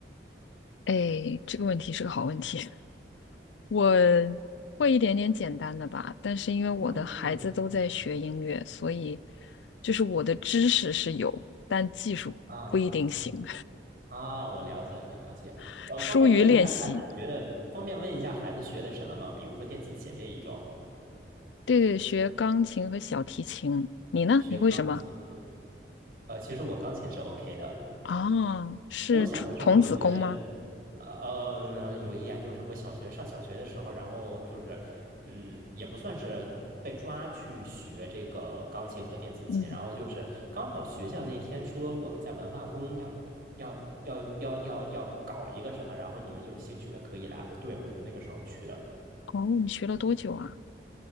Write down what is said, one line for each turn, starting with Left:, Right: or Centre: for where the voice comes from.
Left: 哎，这个问题是个好问题。我会一点点简单的吧，但是因为我的孩子都在学音乐，
Right: 嗯
Left: 所以就是我的知识是有，但技术不一定行，
Right: 啊啊，我了解了，了解。
Left: <laughs>
Right: 呃，
Left: 疏于练习。
Right: 方便问一下，孩子学的，方便问一下孩子学的什么吗？比如说电子琴这一种，
Left: 对对，学钢琴和小提琴。你呢？
Right: 学钢琴。
Left: 你会什么？
Right: 呃，其实我钢琴是 OK 的，
Left: 啊，是竹童子功吗？
Right: 我小的时候学。呃呃，嗯有一点就是我小学上小学的时候，然后就是，嗯，也不算是被抓去学这个钢琴和电子琴，
Left: 嗯，
Right: 然后就是刚好学校那天说我们在文化宫要要要要要要搞一个什么，然后你们有兴趣的可以来。我对我就那个时候去的，
Left: 哦，你学了多久啊？